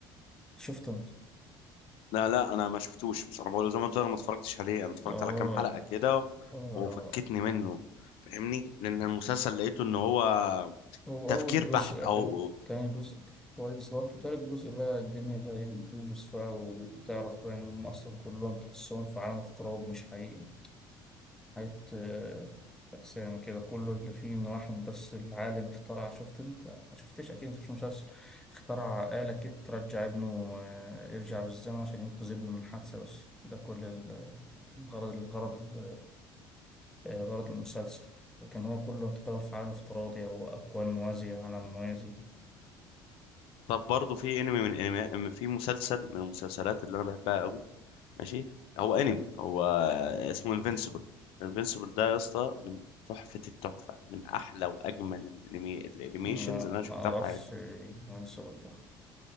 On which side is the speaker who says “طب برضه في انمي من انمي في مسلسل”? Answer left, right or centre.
Left